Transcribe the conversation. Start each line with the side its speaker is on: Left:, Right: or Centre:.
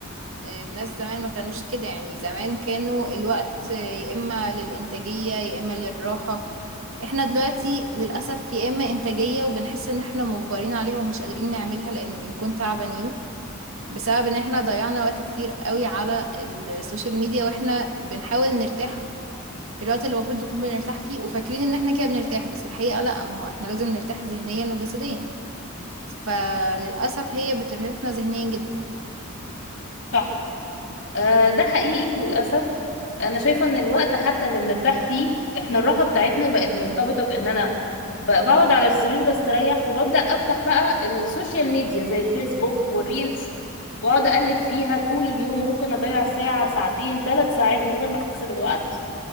Right: الناس زمان ما كانوش كده يعني زمان كانوا الوقت يا إما للإنتاجية يا إما للراحة احنا دلوقتي للأسف يا إما إنتاجية وبنحس إن احنا مجبرين عليها ومش قادرين نعملها لأن بنكون تعبانين بسبب إن احنا ضيعنا وقت كتير قوي على السوشيال ميديا واحنا بنحاول نرتاح في الوقت اللي المفروض نكون بنرتاح فيه وفاكرين إن احنا كده بنرتاح بس الحقيقة لأ ما هو احنا لازم نرتاح ذهنيا وجسديا فللأسف هي بترهقنا ذهنيا جدا
Left: صح آه ده حقيقي للأسف أنا شايفة إن الوقت حتى اللي بنرتاح فيه إحنا الراحة بتاعتنا بقت مرتبطة بإن أنا ب- بقعد على السرير بستريح وببدأ أفتح بقى السوشيال ميديا زي الفيسبوك والريلز وأقعد أقلب فيها طول اليوم ممكن أضيع ساعة ساعتين ثلاث ساعات من غير ما أحس بالوقت